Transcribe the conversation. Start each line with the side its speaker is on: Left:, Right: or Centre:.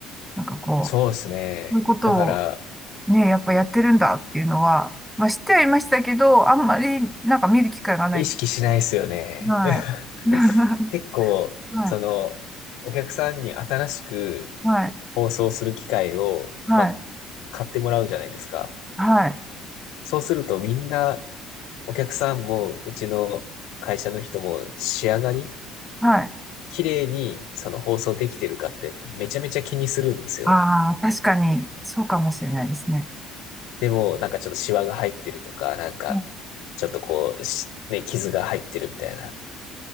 Centre: なんかこう、
Left: そうですね。
Centre: そういうことを
Left: だから、
Centre: ね、やっぱやってるんだっていうのは、まあ知ってはいましたけど、あんまりなんか見る機会がない。
Left: 意識しないですよね。
Centre: はい。
Left: <laughs>
Centre: <laughs>
Left: 結構、
Centre: はい。
Left: その、お客さんに新しく
Centre: はい。
Left: 放送する機会を、
Centre: はい。
Left: まあ、買ってもらうじゃないですか。
Centre: はい。
Left: そうするとみんな、お客さんも、うちの会社の人も仕上がり
Centre: はい。
Left: 綺麗にその放送できてるかってめちゃめちゃ気にするんですよ。
Centre: ああ、確かに、そうかもしれないですね。
Left: でも、なんかちょっとシワが入ってるとか、なんか、
Centre: はい。
Left: ちょっとこう、しね、傷が入ってるみたいな。